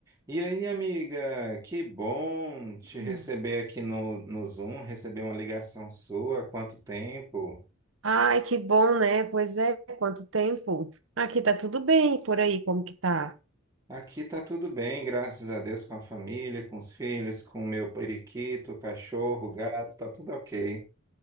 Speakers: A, on the right; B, on the right.
A: E aí, amiga, que bom te
B: Sim.
A: receber aqui no, no Zoom, receber uma ligação sua, há quanto tempo?
B: Ai, que bom, né? Pois é, quanto tempo. Aqui tá tudo bem, por aí, como que tá?
A: Aqui tá tudo bem, graças a Deus, com a família, com os filhos, com o meu periquito, cachorro, gato, tá tudo ok.